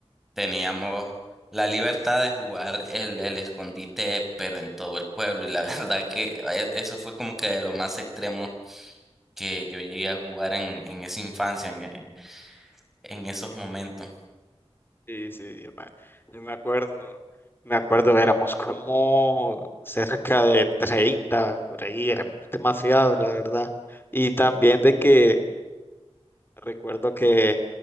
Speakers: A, in the centre; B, on the left.
A: teníamos la libertad de jugar el, el escondite, pero en todo el pueblo. Y la <laughs> verdad que e- eso fue como que de lo más extremo que yo llegué a jugar en, en esa infancia, en, en, en esos momentos.
B: Sí, sí, yo me, yo me acuerdo, me acuerdo, éramos como cerca de 30 por ahí, éramos demasiados, la verdad. Y también de que recuerdo que